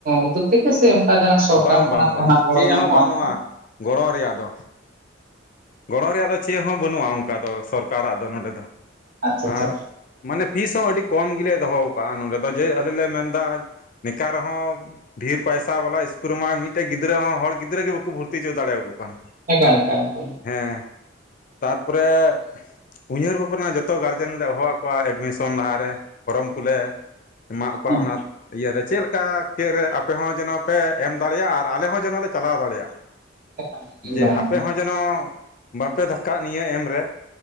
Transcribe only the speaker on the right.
ᱩᱫᱽᱳᱜ ᱛᱮᱜᱮ ᱥᱮ ᱚᱱᱠᱟ ᱡᱟᱦᱟᱸᱱᱟᱜ ᱥᱚᱨᱠᱟᱨ
ᱠᱷᱚᱱᱟᱜ
ᱡᱟᱦᱟᱸᱱᱟᱜ
ᱜᱚᱲᱚ
ᱧᱟᱢᱚᱜᱼᱟ
ᱚᱱ
ᱟᱪᱪᱷᱟ ᱟᱪᱪᱷᱟ
ᱮᱠᱟᱞ ᱮᱠᱟᱞ ᱮᱠᱟᱞ
ᱦᱮᱸ
ᱮᱠᱟᱞ ᱮᱠᱫᱚᱢ
ᱮᱠᱫᱚᱢ